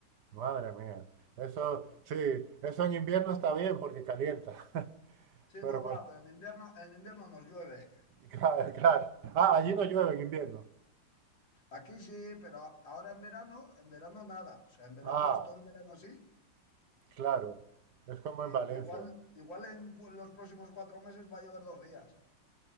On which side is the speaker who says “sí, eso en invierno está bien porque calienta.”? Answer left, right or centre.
Right